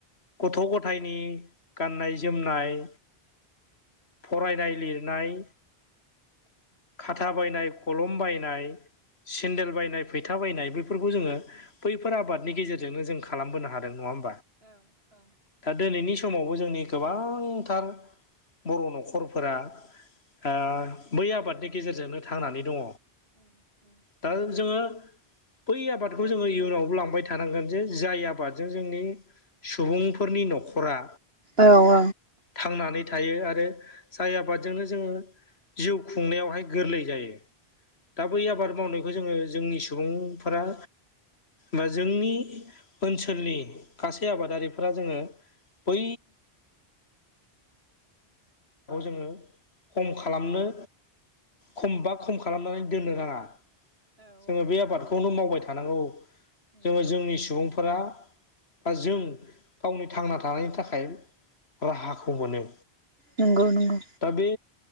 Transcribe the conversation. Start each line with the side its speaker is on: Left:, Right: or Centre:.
Left: गथ' गथायाइनि गाननाय जोमनाय फरायनाय लिरनाय खाथा बायनाय खलम बायनाय सेन्देल बायनाय फैथा बायनाय बेफोरखौ जोङो बैफोर आबादनि गेजेरजोंनो जों खालामबोनो हादों <unintelligible> दा दिनै नि समावबो जोंनि गोबांथार बर' न'खरफोरा ओ बै आबादनि गेजेरजोंनो थांनानै दङ दा जोङो बै आबादखौ जोङो इयुनावबो लांबाय थानांगोन जे जाय आबादजों जोंनि सुबुंफोरनि न'खरा
Right: औ औ।
Left: थांनानै थायो आरो जाय आबादजोंनो जोङो जिउ खुंनायावहाय गोरलै जायो। दा बै आबाद मावनायखौ जोङो जोंनि सुबुंफोरा बा जोंनि ओनसोलनि गासै आबादारिफोरा जोङो बै। खौ जोङो खम खालामनो खमबा खम खालामनानै दोननो नाङा जोङो बे आबादखौनो मावबाय थानांगौ जोङो जोंनि सुबुंफोरा बा जों गावनि थांना थानायनि थाखाय राहाखौ मोनो
Right: नंगौ नंगौ।
Left: दा बे